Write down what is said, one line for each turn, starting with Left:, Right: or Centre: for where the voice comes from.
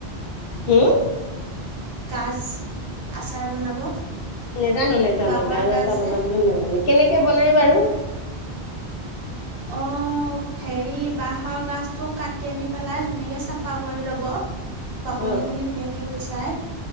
Left: হম?
Right: গাজ আচাৰ বনাব
Left: নেজানো। নেজানো।
Right: বাঁহৰ
Left: গাজ আচাৰ বনাবলৈ
Right: যে
Left: নাজানো। কেনেকে বনাই বাৰু?
Right: অ হেৰি বাঁহৰ গাজটো কাটি আনি পেলাই ধুনীয়াকৈ চাফা কৰি ল'ব। বাকলিখিনি
Left: অ
Right: ধুনীয়াকৈ গুচাই,